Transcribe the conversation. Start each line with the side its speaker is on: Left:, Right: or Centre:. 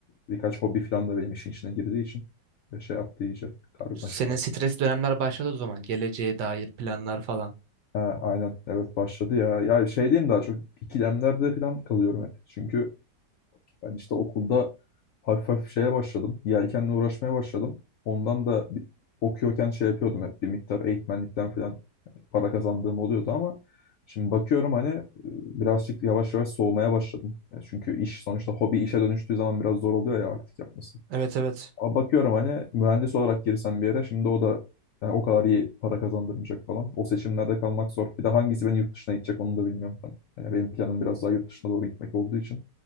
Left: birkaç hobi falan da benim işin içine girdiği için ve şey yaptı iyice karmaşık
Right: senin
Left: var.
Right: stresli dönemler başladı o zaman. Geleceğe dair planlar falan.
Left: Ha, aynen evet başladı ya. Ya şey diyeyim daha çok ikilemlerde falan kalıyorum hep. Çünkü Ben işte okulda hafif hafif şeye başladım. Yelkenle uğraşmaya başladım. Ondan da bir- okuyorken şey yapıyordum hep bir miktar eğitmenlikten falan para kazandığım oluyordu ama şimdi bakıyorum hani e, birazcık yavaş yavaş soğumaya başladım. Yani çünkü iş sonuçta hobi işe dönüştüğü zaman biraz zor oluyor ya artık yapması.
Right: Evet evet.
Left: Ama bakıyorum hani mühendis olarak girsem bir yere şimdi o da yani o kadar iyi para kazandırmayacak falan. O seçimlerde kalmak zor. Bir de hangisi beni yurt dışına itecek onu da bilmiyorum ben. Yani benim planım biraz daha yurt dışına doğru gitmek olduğu için.